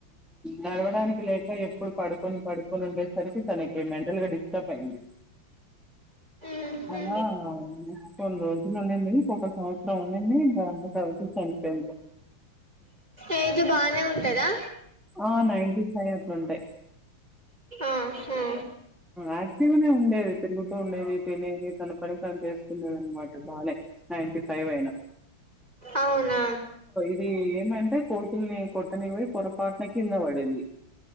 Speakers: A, in the centre; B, on the right.
A: నడవడానికి లేక ఎప్పుడు పడుకొని పడుకొని ఉండేసరికి తనకి మెంటల్ గా డిస్టర్బ్ అఇంది
B: ఉహు
A: అలా కొన్ని రోజులు ఉన్నాది ఒక సంవత్సరం ఉన్నాది మాఅమ్మ బాధతో చనిపోంది
B: ఏజ్ బానే ఉంటదా
A: ఆ నైన్టీ ఫైవ్ అట్లుంటాయి
B: ఆహా
A: యాక్టివ్నే ఉండేది తిరుగుతూ ఉండేది తినేది తన పని తను చేసుకునేదన్నమాట బానే నైన్టీ ఫైవ్ అయినా
B: అవున
A: అది ఏదంటే కోతుల్ని కొట్టని పోయి పొరపాటున కింద పడింది